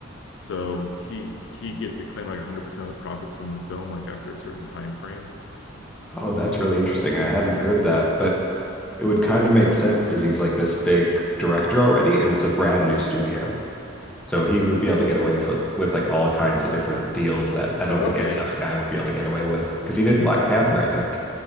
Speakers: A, on the left (about 65°); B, in the centre.
A: So he he gets to claim like 100% of the profits from the film, like after a certain time frame.
B: oh, that's really interesting. I hadn't heard that, but it would kind of make sense because he's like this big director already, and it's a brand new studio. So he would be able to get away for with like all kinds of different deals that I don't
A: Okay.
B: think any other guy would be able to get away with. Because he did
A: Y-
B: Black Panther, I think.